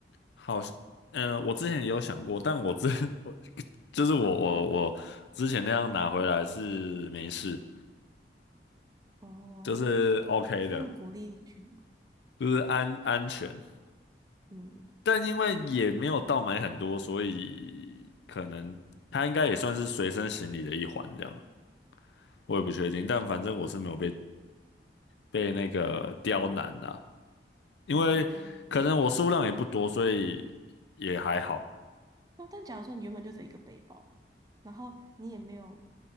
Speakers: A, on the left; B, on the right.
A: 好像。嗯、呃我之前也有想过，但我之 <laughs> 我就是我我我之前那样拿回来是没事，
B: 哦，
A: 就是 OK 的，
B: 但鼓励你去买，
A: 就是安安全。
B: 嗯，
A: 但因为也没有到买很多，所以可能它应该也算是随身行李的一环这样，我也不确定。但反正我是没有被被那个刁难啦，因为可能我数量也不多，
B: 哦。
A: 所以也还好。
B: 那但假如说你原本就只有一个背包，然后你也没有，